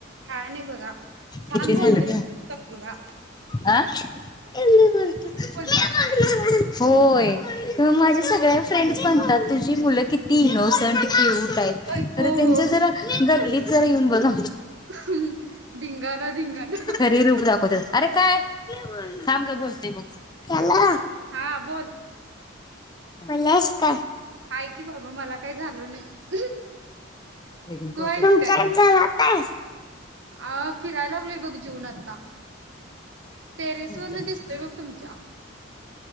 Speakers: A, on the right (about 65°); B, on the left (about 20°).
A: काय नाही बघा छान
B: किती
A: बोलतोय
B: झाल ग
A: तुमचा मुलगा
B: अ दे मी बोलतो मी
A: खुलतेय
B: बोलणार. होय माझ्या सगळ्या फ्रेंड्स म्हणतात तुझी मुलं किती इनोसंट क्यू क्युटआहेत
A: होय
B: खर
A: हो
B: त्याच
A: हो
B: जरा गर्लि जरा येऊन बघा
A: ह् धिंगाणा धिंगणा
B: खरे रूप दाखवतात अरे काय मी बोलणार थांब जरा बोलते बघ केला
A: हा बोल
B: पलास काय
A: आहे की बाबा मला काही झाल नाही
B: लगीण
A: तू
B: कव्हा
A: आहेस काय
B: करत्यास <unintelligible> तेस
A: अ फिरायला लागलोय बघ जेवून आता टेरेस
B: हम्
A: वरन दिसतय बघ तुमच्या